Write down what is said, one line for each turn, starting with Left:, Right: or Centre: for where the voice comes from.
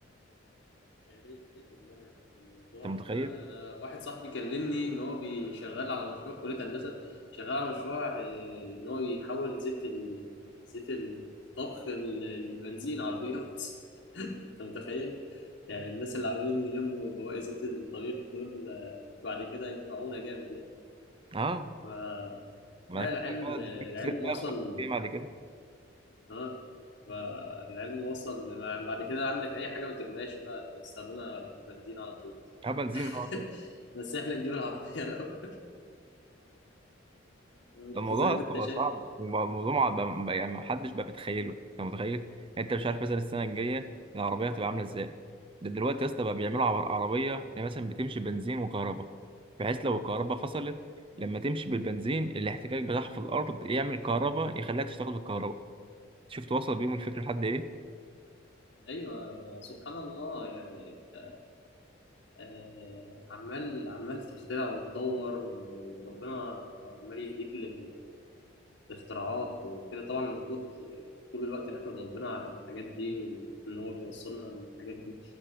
Left: يا ريت والله يعني الموضوع
Right: أنت متخيل؟
Left: انا انا واحد صاحبي كلمني ان هو بيشغال على مشروع في كليه هندسه شغال على مشروع آه، ان هو يحول زيت ال... زيت الطبخ ال- البنزين عربيات انت متخيل يعني الناس اللي عمالين يلموا بواقي زيت الطبيخ دول آه، بعد كده ينفعونا جامد يعني
Right: أه
Left: ف...
Right: بعد
Left: فالعلم
Right: كده بقى
Left: العلم
Right: في كتلة
Left: العلم
Right: بقى
Left: وصل
Right: بخمسين بعد كده
Left: اه فالعلم وصل يعني بعد كده عندك اي حاجه ما ترميهاش بقى بنستخدمها بنزين على طول
Right: أه بنزين
Left: <laughs>
Right: بقى
Left: بس احنا نجيب العربية الأول <laughs> قلت
Right: ده الموضوع
Left: زي ما
Right: اصلا
Left: انت
Right: بقى
Left: شايف
Right: صعب وبقى الموضوع ما بقى- بقى- يعني محدش بقى بيتخيله انت متخيل يعني انت مش عارف مثلا السنه الجايه العربيه هتبقى عامله ازاي ده دلوقتي يا اسطى بقى بيعملوا
Left: مم.
Right: عر- عربيه اللي مثلا بتمشي بنزين وكهرباء بحيث لو الكهرباء فصلت لما تمشي بالبنزين الاحتكاك بتاعها في الارض يعمل كهرباء يخليها تشتغل بالكهرباء شفت وصل بيهم الفكره لحد ايه
Left: ايوه سبحان الله يعني انت آه، عمال عمال تخترع وتطور وربنا عمال يهديك ل- لاختراعات وكده طبعا المفروض طول الوقت نحمد ربنا على الحاجات دي وان هو بيوصلنا للحاجات دي